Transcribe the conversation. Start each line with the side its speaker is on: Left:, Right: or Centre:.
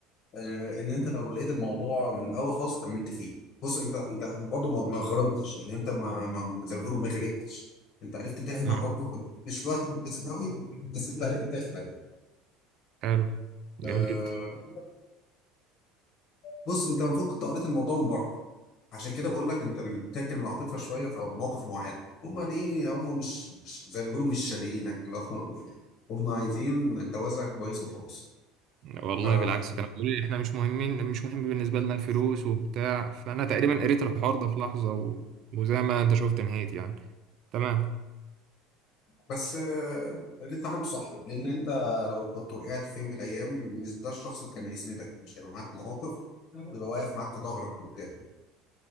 Left: آه، ان انت لو لقيت الموضوع من الاول خالص كملت فيه بص انت انت برضه ما ما غرمتش يعني انت ما ما زي ما بيقولوا ما غرقتش انت عرفت تخلع
Right: مم.
Left: برضه مش في وقت مناسب قوي بس انت عرفت تخلع
Right: حلو
Left: آه،
Right: جميل جدا
Left: بص انت المفروض كنت قريت الموضوع من بره عشان كده بقول لك انت بتركن العاطفه شويه في مواقف معينه هم ليه هم مش مش- زي ما بيقولوا مش شاريينك اللي هو هم عايزين جوازك كويس وخلاص
Right: والله
Left: ف
Right: بالعكس كانوا بيقولوا لي احنا مش مهمين مش مهم بالنسبه لنا الفلوس وبتاع فانا تقريبا قريت الحوار ده في لحظه و... وزي ما انت شفت نهيت يعني تمام
Left: بس آه، اللي انت عملته صح لان انت لو كنت وقعت في يوم من الايام مش ده الشخص اللي كان هيسندك مش هيبقى معاك مواقف ويبقى واقف معاك في ظهرك وبتاع